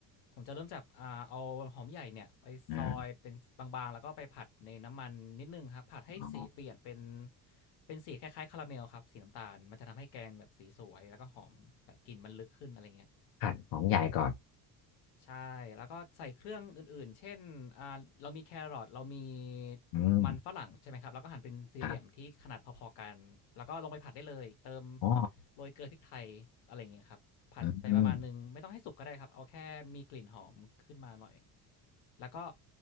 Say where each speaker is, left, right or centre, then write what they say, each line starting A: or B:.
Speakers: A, on the left; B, on the left.
A: ผมจะเริ่มจากอ่าเอาหอมใหญ่เนี่ยไปซอยเป็นบางๆแล้วก็ไปผัดในน้ำมันนิดนึงครับผัดให้สีเปลี่ยนเป็น
B: อ่าอ๋อ
A: เป็นสีคล้ายๆคาราเมลครับสีน้ำตาลมันจะทำให้แกงแบบสีสวยแล้วก็หอมแบบกลิ่นมันลึกขึ้นอะไรเงี้ย
B: ผัดหอมใหญ่ก่อน
A: ใช่แล้วก็ใส่เครื่องอื่นๆเช่นอ่าเรามีแครอทเรามี
B: อืม
A: มันฝรั่งใช่ไหมครับแล้วก็หั่นเป็นสี่เหลี่ยมที่ขนาดพอๆกันแล้วก็ลงไปผัดได้เลยเติม
B: ครับอ๋อ
A: โรยเกลือพริกไทยอะไรอย่างเงี้ยครับผัดไปประมาณหนึ่งไม่ต้องให้สุกก็ได้ครับเอาแค่มีกลิ่นหอมขึ้นมาหน่อย
B: อืม
A: แล้วก็